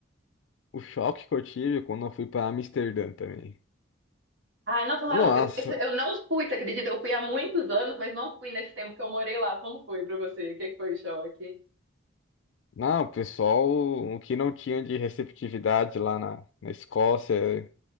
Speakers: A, on the left (about 70°); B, on the right (about 75°).
A: o choque que eu tive quando eu fui pra Amsterdã também.
B: Ai, nossa, lá
A: Nossa,
B: eu, eu, eu não fui, você acredita? Eu fui há muitos anos, mas não fui nesse tempo que eu morei lá. Como foi pra você? O que que foi o choque?
A: não, o pessoal, o que não tinha de receptividade lá na, na Escócia,